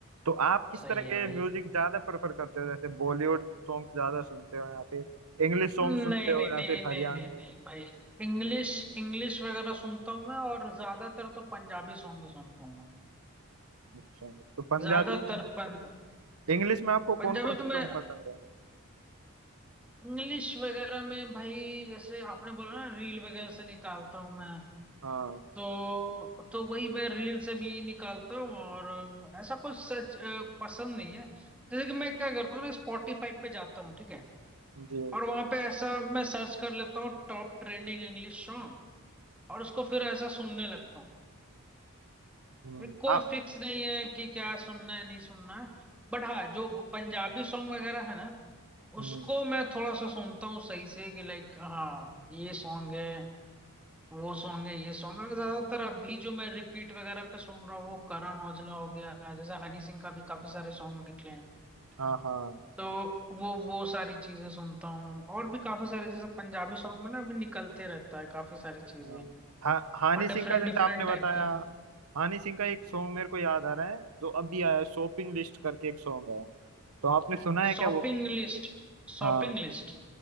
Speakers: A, on the right (about 80°); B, in the centre.
A: तो आप किस
B: सही
A: तरह
B: है
A: के
B: भाई
A: म्यूजिक ज्यादा प्रेफर करते हो जैसे बॉलीवुड सॉन्ग ज्यादा सुनते हो या फिर इंग्लिश सॉन्ग
B: नहीं
A: सुनते हो
B: नहीं
A: या
B: नहीं
A: फिर हरियाणवी
B: नहीं नहीं नहीं भाई इंग्लिश इंग्लिश वगैरह सुनता हूँ मैं और ज्यादातर तो पंजाबी सॉन्ग ही सुनता हूँ मैं
A: अच्छा तो पंजाबी
B: ज्यादातर
A: में
B: पं,
A: इंग्लिश में आपको
B: पंजाबी
A: कौन कौन से सॉन्ग
B: में
A: पसंद है
B: इंग्लिश वगैरह में भाई जैसे आपने बोला ना रील वगैरह से निकालता हूँ मैं
A: हाँ
B: तो तो वही मैं रील से भी निकालता हूँ और ऐसा कुछ सच अ, पसंद नहीं है जैसे कि मैं क्या करता हूँ ना स्पॉटिफाई पे जाता हूँ ठीक है
A: जी
B: और वहां पे ऐसा मैं सर्च कर लेता हूँ टॉप ट्रेंडिंग इंग्लिश सॉन्ग और उसको फिर ऐसा सुनने लगता हूँ
A: हम्म
B: फिर कोई
A: आप
B: फिक्स नहीं है कि क्या सुनना है नहीं सुनना है बट हाँ जो पंजाबी सॉन्ग वगैरह है ना
A: हम्म
B: उसको मैं थोड़ा सा सुनता हूँ सही से कि लाइक हाँ ये सॉन्ग है वो सॉन्ग है ये सॉन्ग है ज्यादातर अभी जो मैं रिपीट वगैरह पे सुन रहा हूँ वो करण औजला हो गया जैसे हनी सिंह का भी काफी सारे सॉन्ग निकले हैं
A: हाँ हाँ
B: तो वो वो सारी चीजें सुनता हूँ और भी काफी सारे जैसे पंजाबी सॉन्ग में ना अभी निकलते रहता है काफी सारी चीजें
A: हाँ हा, हानी
B: और डिफरेंट
A: सिंह का जैसे
B: डिफरेंट
A: आपने बताया
B: टाइप के
A: हानी सिंह का एक सॉन्ग मेरे को याद आ रहा है जो अभी आया है शॉपिंग लिस्ट करके एक सॉन्ग है तो आपने सुना है
B: Shopping
A: क्या वो
B: list शॉपिंग
A: हाँ
B: लिस्ट